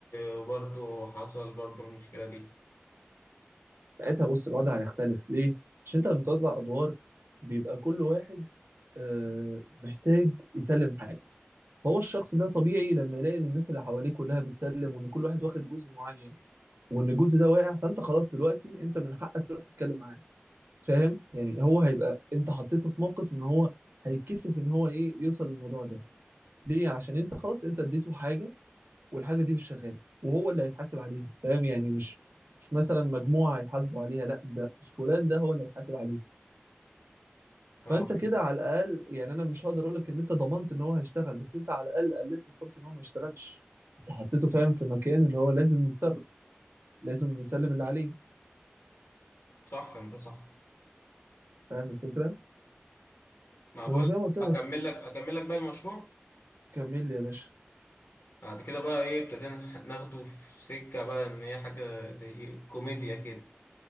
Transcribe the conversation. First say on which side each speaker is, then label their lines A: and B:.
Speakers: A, on the left; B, on the right.
A: وبرضه حصل برضه المشكلة دي
B: ساعتها بص الوضع هيختلف ليه عشان انت لما توزع ادوار بيبقى كل واحد آه محتاج يسلم حاجه فهو الشخص ده طبيعي لما يلاقي ان الناس اللي حواليه كلها بتسلم وان كل واحد واخد جزء معين وان الجزء ده واقع فانت خلاص دلوقتي انت من حقك تروح تتكلم معاه فاهم يعني هو هيبقى انت حطيته في موقف ان هو هيتكسف ان هو ايه يوصل للموضوع ده ليه عشان انت خلاص انت اديته حاجة والحاجة دي مش شغالة وهو اللي هيتحاسب عليها فاهم يعني مش مش مثلا مجموعة هيتحاسبوا عليها لا ده فلان ده هو اللي هيتحاسب عليه فانت
A: أه
B: كده على الاقل يعني انا مش هقدر اقول لك ان انت ضمنت ان هو هيشتغل بس انت على الاقل قللت الفرصه ان هو ما يشتغلش انت حطيته فاهم في مكان اللي هو لازم يتصرف لازم يسلم اللي عليه
A: صح أنت صح
B: فاهم الفكره
A: ما
B: وزي
A: بقول
B: ما قلت لك
A: أكمل لك أكمل لك بقى المشروع
B: كمل لي يا باشا
A: بعد كده بقى إيه ابتدينا ناخده في سكة بقى إن هي حاجة زي كوميديا كده